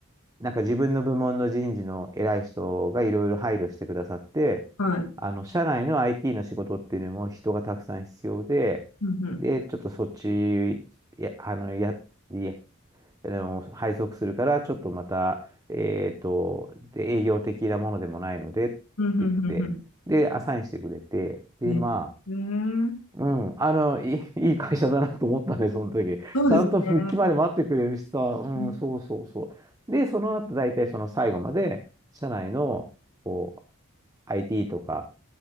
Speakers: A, on the right (about 15°); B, on the left (about 85°).
A: なんか自分の部門の人事の偉い人がいろいろ配慮してくださって、
B: はい。
A: あの、社内の IT の仕事っていうのも人がたくさん必要で、
B: うん、うん、
A: で、ちょっとそっち、いや、あの、や、いや、あの、配属するから、ちょっとまた、えっと、で、営業的なものでもないので、って言って、
B: うん、うん、うん。
A: で、アサインしてくれて、で、
B: うんえー、
A: まうん、あの、いい、<laughs> いい会社だなと思ったね、その時。
B: そうですね。
A: ちゃんと復帰まで待ってくれるしさ、うん、
B: うん、
A: そうそうそう。で、その後、大体その最後まで、社内の、こう、IT とか、